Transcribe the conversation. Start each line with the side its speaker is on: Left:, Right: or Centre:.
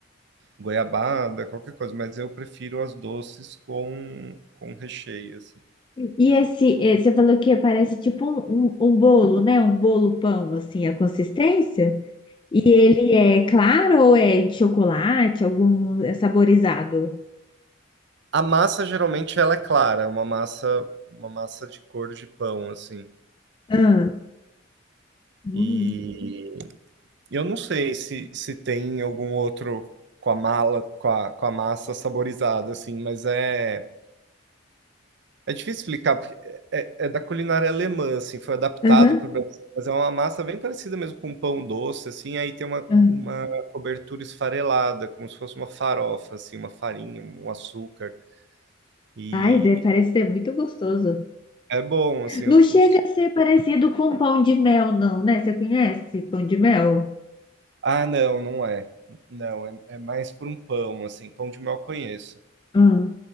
Right: goiabada, qualquer coisa, mas eu prefiro as doces com, com recheio, assim.
Left: e esse, eh, você falou que parece tipo um, um, um bolo, né? Um bolo pão, assim, a consistência. E ele é claro ou é de chocolate, algum é saborizado?
Right: A massa geralmente ela é clara, é uma massa, uma massa de cor de pão, assim.
Left: Ah, Hum.
Right: E eu não sei se, se tem algum outro com a mala, com a, com a massa saborizada, assim, mas é É difícil explicar, porque é, é- é da culinária alemã, assim, foi adaptado
Left: Aham.
Right: para o Brasil, mas é uma massa bem parecida mesmo com um pão doce, assim, aí tem uma,
Left: ah.
Right: uma cobertura esfarelada, como se fosse uma farofa, assim, uma farinha, um açúcar, e
Left: Ai, de- parece ser muito gostoso.
Right: é bom, assim,
Left: Não chega
Right: os...
Left: a ser parecido com pão de mel, não, né? Você conhece pão de mel?
Right: Ah, não, não é. Não, é, é mais por um pão, assim, pão de mel eu conheço.
Left: Ah.